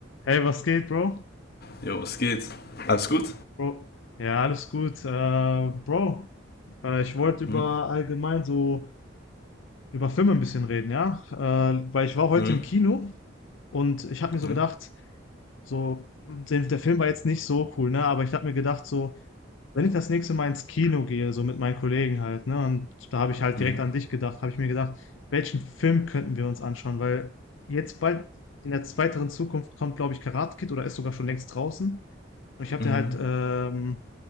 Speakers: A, on the left (about 85°); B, on the left (about 55°).
A: Hey, was geht, Bro?
B: Jo, was geht? Alles gut?
A: Bro. Ja, alles gut. Äh, Bro, äh, ich wollte über
B: Hm?
A: allgemein so über Filme ein bisschen reden, ja? Äh, weil ich war heute
B: Hm?
A: im Kino und ich habe mir so
B: Ja?
A: gedacht, so, den, der Film war jetzt nicht so cool, ne? Aber ich habe mir gedacht, so, wenn ich das nächste Mal ins Kino gehe, so mit meinen Kollegen halt, ne? Und da habe ich halt
B: Hm?
A: direkt an dich gedacht, habe ich mir gedacht, welchen Film könnten wir uns anschauen? Weil jetzt bald in der weiteren Zukunft kommt, glaube ich, Karate Kid oder ist sogar schon längst draußen. Und ich habe
B: Hm?
A: den halt ähm,